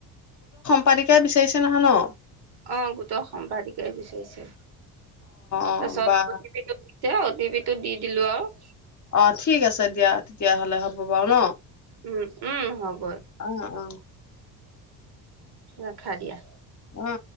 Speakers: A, on the left (about 40°); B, on the right (about 55°).
A: পালিকা বিচাৰিছে নহয় ন
B: অ গোটৰ সম্পাদিকাই বিচাৰিছে
A: অ
B: তাৰ পাছত
A: বা
B: অ তি পি তেওঁ দিবিতো দি দিলো আৰু
A: অঁ ঠিক আছে দিয়া তেতিয়াহলে হ'ব বাৰু ন
B: উম উম হ'ব
A: অঁ অঁ অঁ
B: ৰাখা দিয়া
A: অ